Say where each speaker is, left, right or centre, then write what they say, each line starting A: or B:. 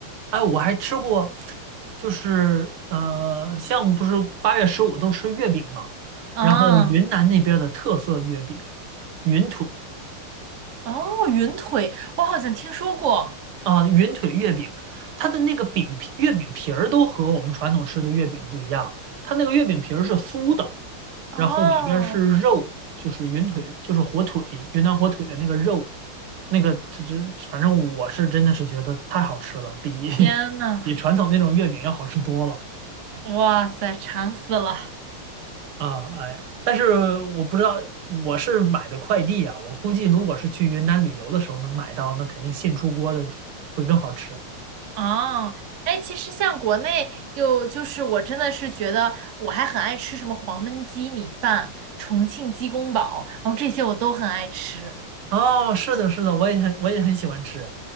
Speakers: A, on the right (about 75°); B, on the right (about 50°).
A: 哎，我还吃过，就是呃，像不是八月十五都吃月饼嘛，
B: 啊，
A: 然后云南那边儿的特色月饼，云腿。
B: 哦，云腿，我好像听说过。
A: 啊，云腿月饼，它的那个饼皮月饼皮儿都和我们传统吃的月饼不一样，它那个月饼皮儿是酥的，
B: 哦，
A: 然后里边儿是肉，就是云腿，就是火腿，云南火腿的那个肉，那个这这，反正我是真的是觉得太好吃了，比
B: 天呐，
A: <laughs> 比传统那种月饼要好吃多了
B: 哇塞，馋死了。
A: 啊！哎呀，但是我不知道我是买的快递啊，我估计如果是去云南旅游的时候能买到，那肯定现出锅的会更好吃。
B: 哦，哎，其实像国内就就是我真的是觉得我还很爱吃什么黄焖鸡米饭、重庆鸡公煲，然后这些我都很爱吃。
A: 哦，是的，是的，我也很我也很喜欢吃，